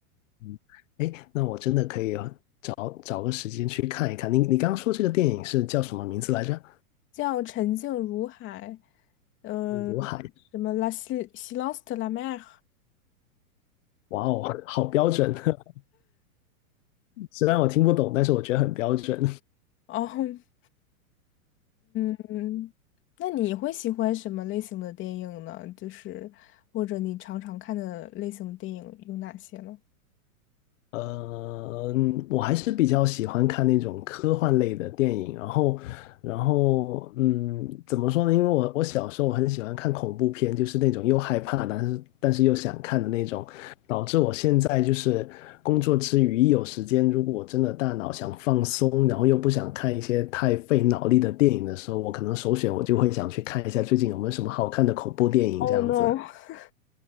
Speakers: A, on the left (about 60°); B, on the left (about 25°).
A: 嗯，哎，那我真的可以找找个时间去看一看。你你刚刚说这个电影是叫什么名字来着？
B: 叫沉静如海，呃，
A: 刘海。
B: 什么 La si- Silence de la mer，
A: 哇哦，好标准！<laughs> 虽然我听不懂，但是我觉得很标准。
B: 哦。<laughs> 嗯，那你会喜欢什么类型的电影呢？就是或者你常常看的类型的电影有哪些呢
A: 呃，嗯我还是比较喜欢看那种科幻类的电影，然后，然后，嗯，怎么说呢？因为我我小时候很喜欢看恐怖片，就是那种又害怕，但是但是又想看的那种，导致我现在就是工作之余一有时间，如果我真的大脑想放松，然后又不想看一些太费脑力的电影的时候，我可能首选我就会想去看一下最近有没有什么好看的恐怖电影这样子。
B: ？Oh no，<laughs>